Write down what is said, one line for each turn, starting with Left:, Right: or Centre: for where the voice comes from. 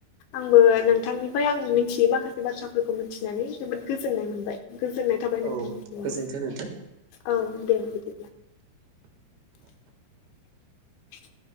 Left: आंबो नोंथांनिफ्राय आं मिथियै माखासे बाथ्राफोरखौ मिथिनानै जोबोद गोजोन नाय मोनबाय गोजोननाय थाबाय नोंथांनिसिमबो
Right: औ गोजोन्थों नोंथां।
Left: औ दे बिदिब्ला <unintelligible>